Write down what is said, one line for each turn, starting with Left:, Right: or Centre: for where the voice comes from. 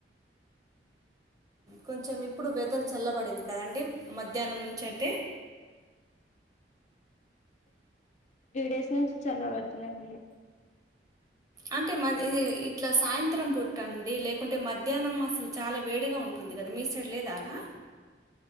Right: కొంచెం ఇప్పు ఇప్పుడు వెదర్ చల్లబడింది కదండి మధ్యానం నుంచి అయితే
Left: త్రీ డేస్ నుంచి చల్ల పడుతునే ఉంది
Right: అంటే మది ఇట్లా సాయంత్రం పూట్టండి లేకుంటే మధ్యాహ్నం అసలు చాలా వేడిగా ఉంటుం ఉంది కదా మీ సైడ్ లేదా అలా